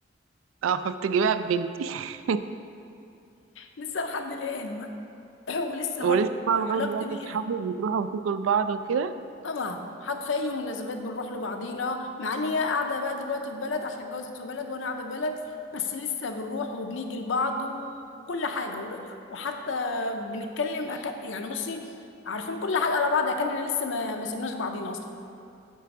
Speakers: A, on the right; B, on the left.
A: اه فبتجيبها ببنتي <laughs>
B: لسه لحد الان <clears throat> ولسه
A: ولسه
B: برضه
A: بقى
B: علاقتي
A: لغايه دلوقتي
B: بيها
A: اصحابي بتروحوا وتاكل بعض وكده
B: طبعا حتى في اي مناسبات بنروح لبعضينا مع ان هي قاعده بقى دلوقتي في بلد عشان اتجوزت في بلد وانا قاعده في بلد بس لسه بنروح وبنيجي لبعض و- وكل حاجه و- وحتى بنتكلم أك... يعني بصي عارفين كل حاجه على بعض كاننا لسه ما... ما سيبناش بعضينا اصلا